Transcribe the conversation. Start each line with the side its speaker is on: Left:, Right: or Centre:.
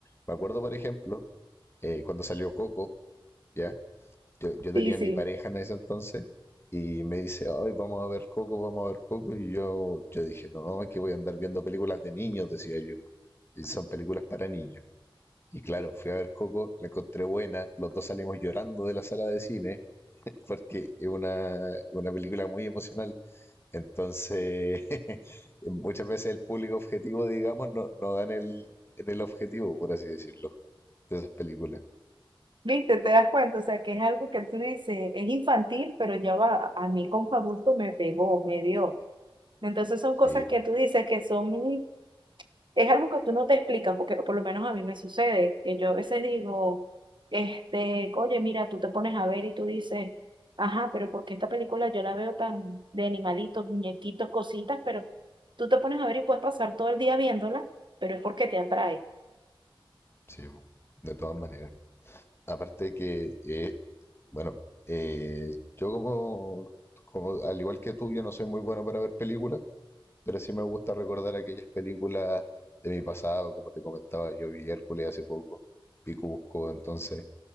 Left: me acuerdo, por ejemplo, eh, cuando salió Coco, ¿ya? yo, yo tenía
Right: Sí, sí.
Left: a mi pareja en ese entonces y me dice, ay, vamos a ver Coco, vamos a ver Coco. Y yo, yo dije, no, es que voy a andar viendo películas de niños, decía yo. Y son películas para niños. Y claro, fui a ver Coco, la encontré buena, los dos salimos llorando de la sala de cine porque es una, una película muy emocional. Entonces, <laughs> muchas veces el público objetivo, digamos, no, no da en el, en el objetivo, por así decirlo, de esas películas.
Right: ¿Viste? ¿Te das cuenta? O sea, que es algo que tú dices, es infantil, pero ya va, a mí como adulto me pegó, me dio. Entonces son
Left: Sí,
Right: cosas que tú dices que son, es algo que tú no te explicas, porque por lo menos a mí me sucede, que yo a veces digo, este, oye, mira, tú te pones a ver y tú dices, ajá, pero ¿por qué esta película yo la veo tan de animalitos, muñequitos, cositas, pero tú te pones a ver y puedes pasar todo el día viéndola, pero es porque te atrae.
Left: sí, de todas maneras. Aparte que, eh, bueno, eh, yo como, como, al igual que tú, yo no soy muy bueno para ver películas, pero sí me gusta recordar aquellas películas de mi pasado, como te comentaba, yo vi Hércules hace poco, vi Cusco, entonces